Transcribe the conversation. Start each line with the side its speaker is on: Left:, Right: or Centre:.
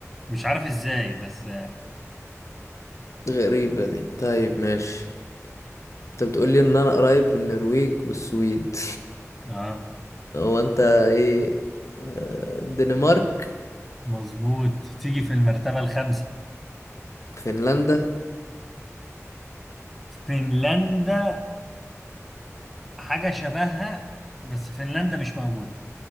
Centre: مش عارف إزاي بس
Left: غريبة دي طيب ماشي انت بتقولي ان انا قريب من النرويج والسويد
Centre: آه
Left: <laughs> هو انت ايه آه، الدنمارك
Centre: مظبوط تيجي في المرتبة الخامسة
Left: فنلندا
Centre: فنلندا حاجة شبهها بس فنلندا مش موجودة